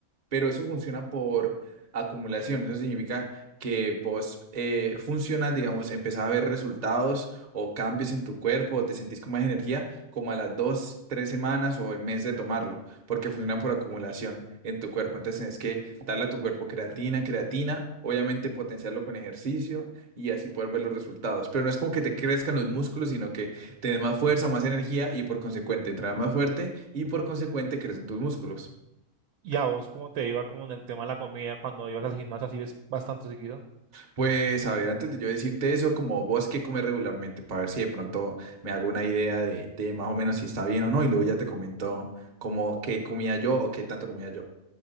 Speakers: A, on the right; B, on the right.
A: pero eso funciona por acumulación. Eso significa que vos eh, funcionas, digamos, empezás a ver resultados o cambios en tu cuerpo o te sentís con más energía como a las dos, tres semanas o el mes de tomarlo, porque funciona por acumulación en tu cuerpo. Entonces tenés que darle a tu cuerpo creatina, creatina, obviamente potenciarlo con ejercicio y así poder ver los resultados. Pero no es como que te crezcan los músculos, sino que tenés más fuerza, más energía y por consecuente entras más fuerte y por consecuente crecen tus músculos.
B: ¿Y a vos cómo te iba como en el tema de la comida cuando ibas al gimnasio así ves bastante seguido?
A: Pues a ver, antes de yo decirte eso, como vos qué comes regularmente, para ver si de pronto me hago una idea de, de más o menos si está bien o no, y luego ya te comento como qué comía yo o qué tanto comía yo.